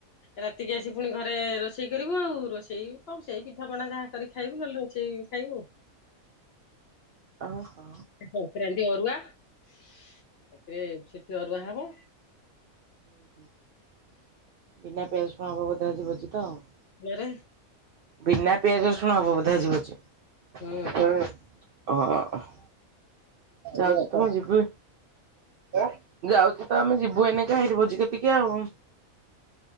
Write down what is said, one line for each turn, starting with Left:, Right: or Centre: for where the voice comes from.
Left: ରାତିକି ଆସି ପୁଣି ଘରେ ରୋଷେଇ କରିବୁ ଆଉ ରୋଷେଇ କଣ ସେଇ ପିଠା ପଣା ଯାହା କରିକି ଖାଇବୁ ନ ଲୁଚେଇ ଖାଇବୁ।
Right: ଅ ହ।
Left: ସଂକ୍ରାନ୍ତି ଅରୁଆ ସେଥିରେ ସେଥିରେ ସେଠି ଅରୁଆ ହବ।
Right: <unintelligible> ବିନା ପିଆଜ ରସୁଣ ହବ ବୋଧେ ଆଜି ଭୋଜିଟା ଆଉ।
Left: ଦିନରେ
Right: ବିନା ପିଆଜ ରସୁଣ ହବ ବୋଧେ ଆଜି ଭୋଜି।
Left: ହୁଁ।
Right: ହୁଁ ହଁ। ଯାଉଚି ତମେ ଯିବ ବି ଯାଉଚୁ ତ ଆମେ ଯିବୁ ଏନେକେ ହେଇଟି ଭୋଜି କତିକି ଆଉ।